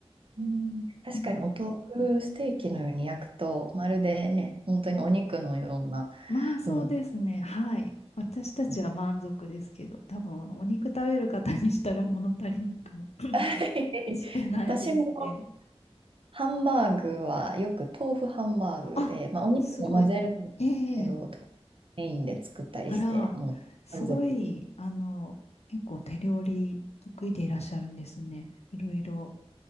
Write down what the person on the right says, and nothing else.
うん確かにお豆腐ステーキのように焼くと、
まるでね、本当にお肉のような、
うん。
<laughs>
はい
私もハンバーグはよく豆腐ハンバーグで、
まあ、お肉も混ぜるんですけど、
メインで作ったりして、
もう満足。
得